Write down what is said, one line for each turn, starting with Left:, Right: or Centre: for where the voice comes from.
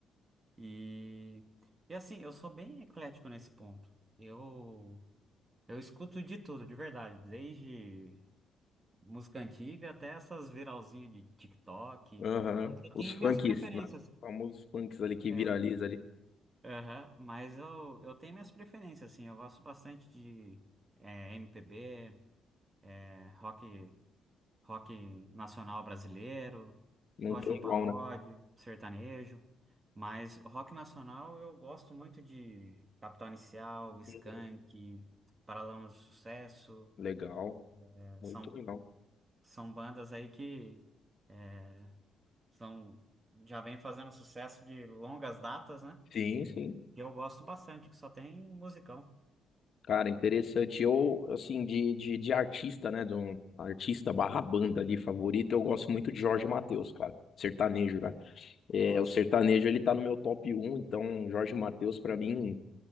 Right: E, e assim, eu sou bem eclético nesse ponto. Eu, eu escuto de tudo, de verdade, desde música antiga até essas viralzinhas de TikTok.
Left: Aham.
Right: Mas eu
Left: Os
Right: tenho
Left: funks,
Right: minhas preferências.
Left: né? Os famosos funks ali que
Right: É,
Left: viraliza ali.
Right: aham, mas eu, eu tenho minhas preferências, assim, eu gosto bastante de eh, MPB. É, rock, rock nacional brasileiro,
Left: Não
Right: gosto
Left: tem
Right: de um
Left: igual,
Right: pagode,
Left: né?
Right: sertanejo, mas rock nacional eu gosto muito de Capital Inicial, Skank,
Left: Beleza.
Right: Paralamas do Sucesso,
Left: Legal.
Right: eh,
Left: Muito
Right: são,
Left: legal.
Right: são bandas aí que é, são, já vem fazendo sucesso de longas datas, né?
Left: Sim, sim.
Right: Que eu gosto bastante, que só tem musicão.
Left: Cara, interessante. Eu, assim, de, de, de artista, né? De um artista barra banda ali favorito, eu gosto muito de Jorge Mateus, cara. Sertanejo, né? É,
Right: Nossa.
Left: o sertanejo, ele tá no meu top um então Jorge Mateus, pra mim,